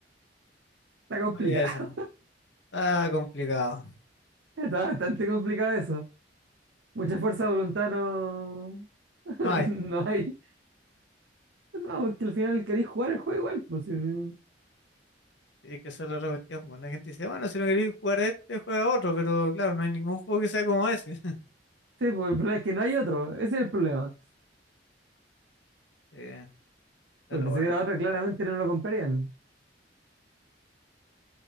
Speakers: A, on the right (about 85°); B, on the left (about 75°).
A: Está complicado.
B: Oye, eso no. Está complicado.
A: <laughs> Está bastante complicado eso. Mucha fuerza de voluntad no, <laughs>
B: No hay.
A: no hay. No, porque al final queréis jugar el juego igual. Pues, sí, sí.
B: y que esa es la otra cuestión, pues. La gente dice, bueno, si no queréis jugar a este, juega a otro, pero claro, no hay ningún juego que sea como ese. <laughs>
A: Sí, pues el problema es que no hay otro. Ese es el problema.
B: Eh, pero
A: Porque si
B: bueno,
A: hubiera otro, claramente no lo comprarían.